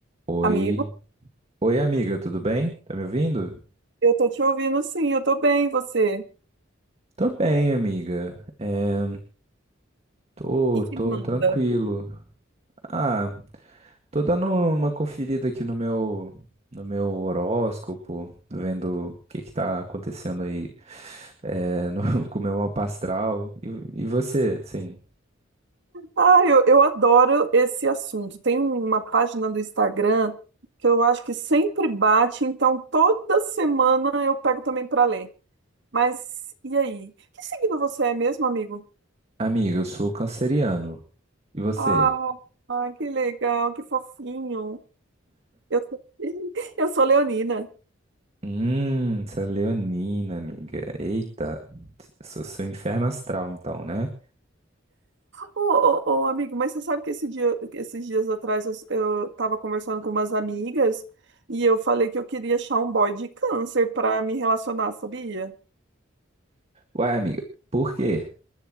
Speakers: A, on the right; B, on the right.
A: Oi,
B: Amigo,
A: oi amiga, tudo bem? Tá me ouvindo?
B: eu tô te ouvindo sim, eu tô bem, e você?
A: Tô bem, amiga. É, tô,
B: E
A: tô
B: que manda?
A: tranquilo. Ah, tô dando uma conferida aqui no meu, no meu horóscopo, vendo o que que tá acontecendo aí, é, no, <laughs> com o meu mapa astral. E, e você, sim?
B: Ah, eu, eu adoro esse assunto. Tem uma página do Instagram que eu acho que sempre bate, então toda semana eu pego também para ler. Mas e aí? Que signo você é mesmo, amigo?
A: Amiga, eu sou canceriano. E você?
B: Ah, ah, que legal, que fofinho. Eu sou, <laughs> eu sou leonina.
A: Hum, essa leonina, amiga. Eita, sou seu inferno astral, então, né?
B: Ô, ô, ô, amigo, mas você sabe que esse dia, esses dias atrás eu, eu tava conversando com umas amigas e eu falei que eu queria achar um boy de câncer pra me relacionar, sabia?
A: Ué, amiga, por quê?